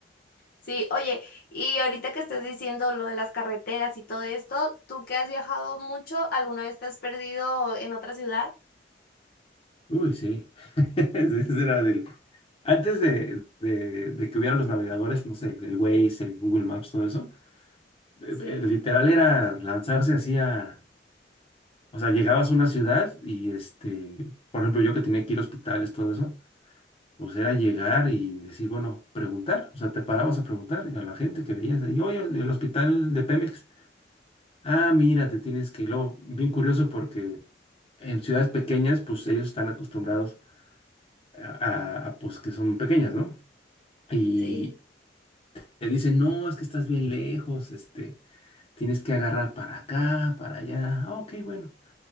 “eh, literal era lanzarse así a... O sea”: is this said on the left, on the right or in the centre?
Left